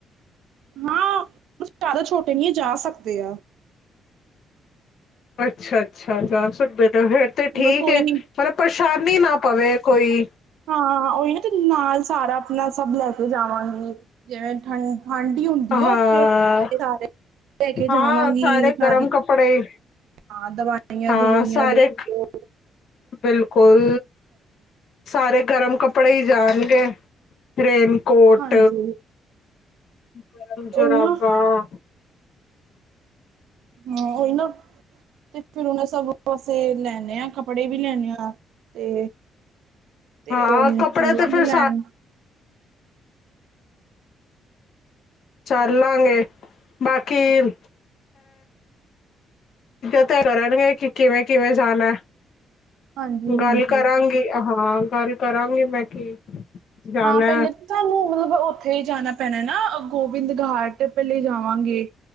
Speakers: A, on the right; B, on the left.
A: ਹਾਂ ਬਸ ਜ਼ਿਆਦਾ ਛੋਟੇ ਨਹੀਂ ਆ, ਜਾ ਸਕਦੇ ਆ।
B: ਅੱਛਾ- ਅੱਛਾ। ਜਾ ਸਕਦੇ ਨੇ, ਫੇਿਰ ਤੇ ਠੀਕ
A: ਬਸ ਉਹੀ
B: ਹੈ। ਪਰ ਪਰੇਸ਼ਾਨੀ ਨਾ ਪਵੇ ਕੋਈ।
A: ਹਾਂ ਉਹੀ ਨਾ ਨਾਲ ਸਾਰਾ ਆਪਣਾ ਸਭ ਲੈ ਕੇ ਜਾਵਾਂਗੇ। ਜਿਵੇਂ ਠੰ ਠੰਢ ਹੀ ਹੁੰਦੀ
B: ਹਾਂ
A: ਉੱਥੇ ਸਾਰੇ ਲੈ ਕੇ ਜਾਵਾਂਗੀ
B: ਹਾਂ ਸਾਰੇ
A: ਸਾਰੀ।
B: ਗਰਮ ਕੱਪੜੇ
A: ਹਾਂ ਦਵਾਈਆਂ
B: ਹਾਂ
A: ਦਵੂਈਆਂ
B: ਸਾਰੇ
A: ਦੇਖੋ।
B: ਬਿਲਕੁਲ। ਸਾਰੇ ਗਰਮ ਕੱਪੜੇ ਹੀ ਜਾਣਗੇ। ਰੇਨਕੋਟ
A: ਹਾਂਜੀ
B: ਗਰਮ ਜੁਰਾਬਾ।
A: ਉਹੀ ਨਾ ਹਮ ਓਹੀ ਨਾ ਤੇ ਫਿਰ ਉਹਨਾਂ ਸਭ <unintelligible> ਲੈੇਣੇ ਹਾਂ। ਕੱਪੜੇ ਵੀ ਲੈਣੇ ਹਾਂ ਤੇ ਤੇ
B: ਹਾਂ
A: ਉਹਨੂੰ
B: ਕੱਪੜੇ
A: ਚਲਾਗੇ
B: ਤੇ ਫਿਰ
A: ਲੈਣ।
B: ਸਾ ਚੱਲ ਲਾਂਗੇ ਬਾਕੀ ਇਹ <unintelligible> ਕਰਨਗੇ ਕਿ ਕਿਵੇਂ- ਕਿਵੇਂ ਜਾਣਾ?
A: ਹਾਂਜੀ ਹਾਂਜੀ
B: ਗੱਲ ਕਰਾਂਗੀ ਹਾਂ ਗੱਲ ਕਰਾਂਗੀ। ਮੈਂ ਕੀ ਜਾਣਾ
A: ਹਾਂ ਪਹਿਲੇ ਸਾਨੂੰ ਮਤਲਬ ਉੱਥੇ ਹੀ ਜਾਣਾ ਪੈਣਾ ਨਾ ਗੋਬਿੰਦ ਘਾਟ ਪਹਲੇ ਜਾਵਾਂਗੇ